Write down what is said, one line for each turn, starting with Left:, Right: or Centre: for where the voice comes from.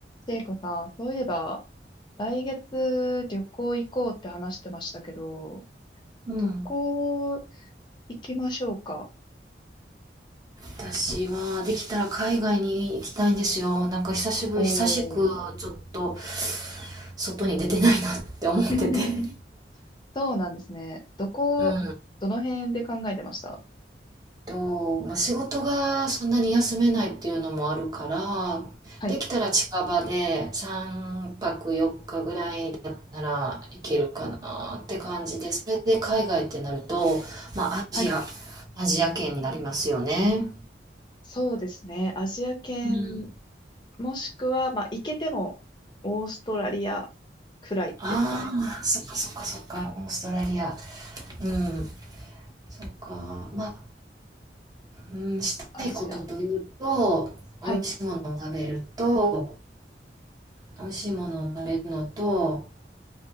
Left: ジェイコさん、そういえば、来月旅行行こうって話してましたけど、
Right: うん。
Left: どこ行きましょうか
Right: 私はできたら海外に行きたいんですよ。なんか久しぶり、
Left: おー。
Right: 久しくちょっと外に出てないなって思ってて。
Left: <laughs> そうなんですね。どこ、
Right: うん。
Left: どの辺で考えてました
Right: と、まあ、仕事がそんなに休めないっていうのもあるから、
Left: はい。
Right: できたら近場で3泊4日ぐらいだったら行けるかなって感じで、それで海外ってなると、まあアジア、
Left: はい。
Right: アジア圏になりますよね。
Left: そうですね。アジア圏、
Right: うん。
Left: もしくは、まあ、行けても、オーストラリアくらいですかね。
Right: ああ、そっかそっかそっか、オーストラリア。うん、そっか。まあ、うん、したいことというと、
Left: アジア。はい。
Right: 美味しいものを食べると、美味しいものを食べるのと、